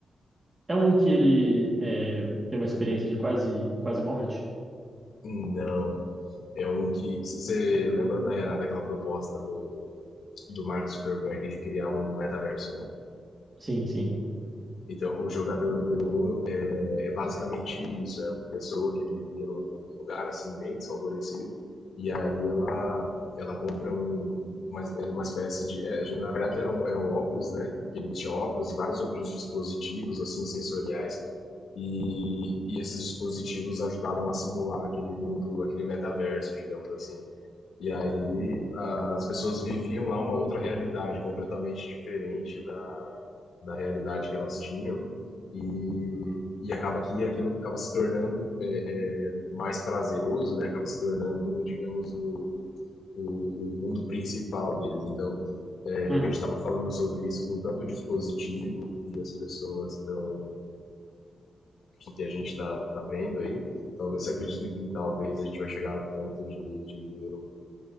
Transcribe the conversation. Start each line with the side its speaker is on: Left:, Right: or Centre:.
Right: É um que ele é, tem uma experiência de quase, quase morte?
Left: Não, É um que. Você lembra da, daquela proposta do, do Mark Zuckerberg de criar um metaverso, né?
Right: Sim, sim.
Left: Então, o jogador número um é, é basicamente isso: é uma pessoa que vivia num lugar assim, bem desfavorecido, e aí ela, ela compra um, uma, uma espécie de. É, na verdade, era um, era um óculos, né? Ele vestia óculos e vários outros dispositivos, assim, sensoriais. E, e esses dispositivos ajudavam a simular aquele mundo, aquele metaverso, digamos assim. E aí as pessoas viviam lá uma outra realidade completamente diferente da, da realidade que elas tinham. E, e acaba que aquilo acaba se tornando é, é, mais prazeroso, né? Acaba se tornando, digamos, o, o, o mundo principal deles. Então, é,
Right: Uhum.
Left: já que a gente estava falando sobre isso com tanto dispositivo que as pessoas estão, que a gente está tá vendo aí, talvez você acredita que talvez a gente vai chegar no ponto de, de ver um,